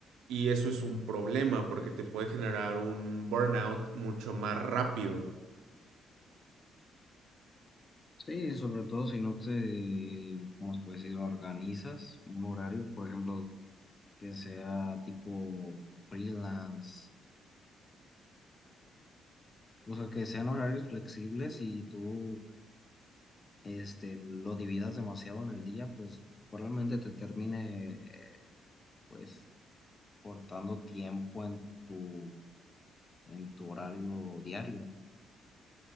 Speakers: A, on the right (about 80°); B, on the left (about 30°).
A: Y eso es un problema porque te puede generar un burnout mucho más rápido.
B: Sí, sobre todo si no te, ¿cómo se puede decir? Organizas un horario, por ejemplo, que sea tipo freelance O sea, que sean horarios flexibles y tú este, lo dividas demasiado en el día, pues probablemente te termine eh, pues cortando tiempo en tu, en tu horario diario.